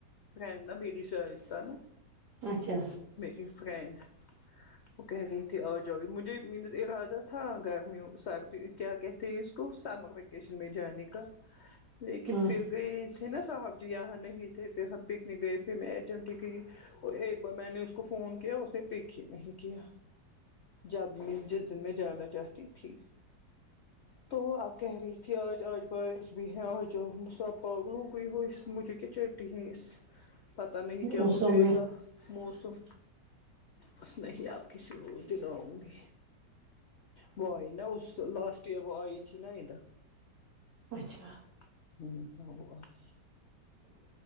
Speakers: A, on the left; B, on the right.
A: فڈ نا میری شائستہ نا
B: اچھا
A: میری فرینڈ وہ کہہ رہی تھی اور چ مجھے مینز ارادہ تھا گرمیوں سردی کیا کہتے ہیں اس کو سمر یشن میں جانے کا لیکن
B: ہاں
A: پھر گئے تھے نا صاحب جی یہاں نہیں تھے پھر ہم پکنک گئے پھر میں ای چم ٹی گئی اور ایک بار میں نے اس کو فون کیا اس نے پک ہی نہیں کیا جب میں جس دن میں جانا چاہتی تھی
B: <inaudible>
A: تو اب کہہ رہی تھی آج آج بارش بھی ہے آج مسب پاگل ہو گئی ہو مجھے کی چیٹی ہے اس
B: <inaudible>
A: پتا نہیں
B: موسوں
A: کیا ہو جائے
B: میں
A: گا موسم بس نہیں آپ کسی اور دیں آؤنگی وہ آئی نا اس لاسٹ ایئر وہ آئی تھی نا ادھر
B: اچھا
A: <unintelligible> <inaudible>